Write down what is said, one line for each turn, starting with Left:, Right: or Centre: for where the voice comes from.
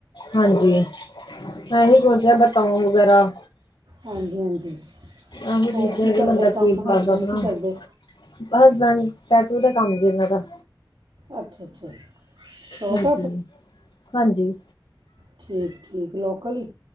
Left: ਹਾਂਜੀ ਮੈਂ ਨੀ ਕੁਝ ਆ ਬਤਾਓ ਵਗੈਰਾ
Right: ਹਾਂਜੀ ਹਾਂਜੀ
Left: ਇਹੋ
Right: ਹੋਰ
Left: ਚੀਜ਼ਾਂ
Right: ਕੀ ਕਰਦੇ
Left: ਕਿ ਬੰਦਾ
Right: ਕੰਮ
Left: ਕੀ ਪਿਆਜ਼ਾ
Right: ਹਸਬੈਂਡ
Left: ਬਣਾ
Right: ਕੀ ਕਰਦੇ
Left: ਬਸ ਬੰਨ ਟੈਟੂ ਦੇ ਕੰਮ ਜ ਇਹਨਾਂ ਦਾ
Right: ਅੱਛਾ ਅੱਛਾ ਸ਼ੋਪ
Left: ਹਾਂਜੀ ਹਾਂਜੀ
Right: ਠੀਕ-ਠੀਕ। ਲੋਕਲ ਹੀ?